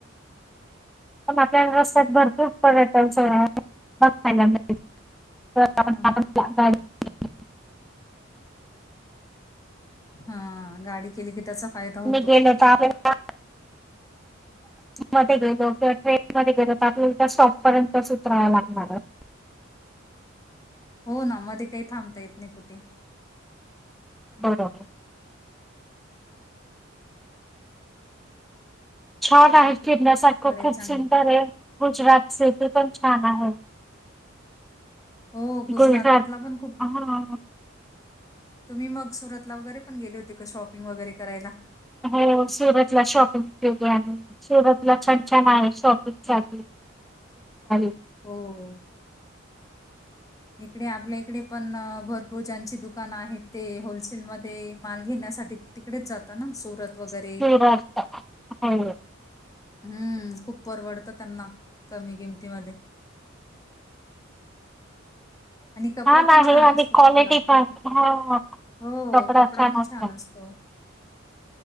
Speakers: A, in the centre; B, on the left (about 15°).
A: पण आपल्याला रस्त्यात भरपूर पर्यटन स बघायला मिळ
B: हां,
A: <unintelligible>
B: हा गाडी केली की त्याचा फायदा होतो.
A: मी गेलो <unintelligible> बस मध्ये गेलो किंवा ट्रेनमध्येध्ये गेलो त्यातल्या <unintelligible>
B: हो ना मध्ये काही थांबता येत नाही कुठे.
A: बरोबर. छान आहेत फिरण्यासारखं
B: बरं आहे
A: खूप
B: चांगलं.
A: सुंदर आहे गुजरात <unintelligible> पण छान आहे.
B: हो गुजरातला
A: गुजरात
B: पण खूप
A: हा
B: तुम्ही मग सुरतला वगैरे पण गेले होते का शॉपिंग वगैरे करायला.
A: हो सुरतला शॉपिंग केली आणि सुरतला छान छान आहे शॉपिंग साठी <unintelligible>
B: हो. इकडे आपल्या इकडे पण भरपूर ज्यांची दुकानं आहेत ते होलसेलमध्ये माल घेण्या साठी तिकडेच जात ना सुरत वगैरे.
A: सुरत हो
B: हम्म खूप परवडतं त्यांना कमी किमतीमध्ये. <inaudible> आणि कपडा
A: छान
B: पण
A: आहे आणि
B: असतो तिथला.
A: क्वालिटी <unintelligible>
B: हो,
A: कपडा <unintelligible>
B: पण छान असतो.